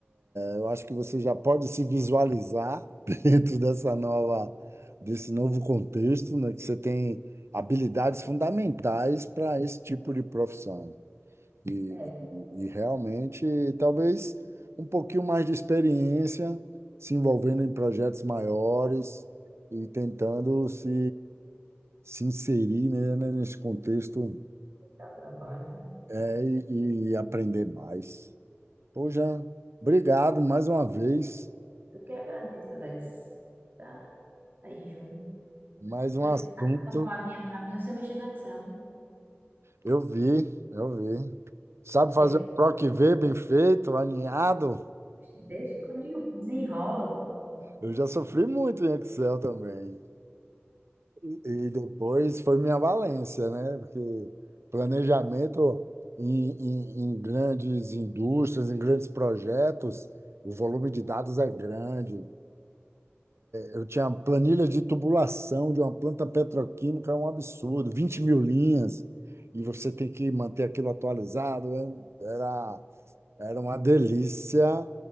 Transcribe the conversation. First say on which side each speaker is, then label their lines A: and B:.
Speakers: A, on the right; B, on the right.
A: Eu acho que você já pode se visualizar <laughs> dentro dessa nova, desse novo contexto, né, que você tem habilidades fundamentais para esse tipo de profissão. E,
B: É,
A: e realmente, talvez um pouquinho mais de experiência, se envolvendo em projetos maiores e tentando se, se inserir, né, né, nesse contexto,
B: dá trabalho. né?
A: é, e, e aprender mais. Poxa, obrigado mais uma vez.
B: Eu que agradeço, Alex. Tá aí junto.
A: Mais um
B: Precisa
A: assunto.
B: dar uma vaguinha para mim, você mexer no Excel.
A: Eu vi, eu vi. Sabe fazer
B: viu?
A: um PROC V bem feito, alinhado?
B: <laughs> Deixa comigo, desenrola.
A: Eu já sofri muito em Excel também. E e depois foi minha valência, né? Porque planejamento em, em, em grandes indústrias, em grandes projetos, o volume de dados é grande. Eu tinha planilha de tubulação de uma planta petroquímica, é um absurdo, vinte mil linhas, e você tem que manter aquilo atualizado. hein? Era, era uma delícia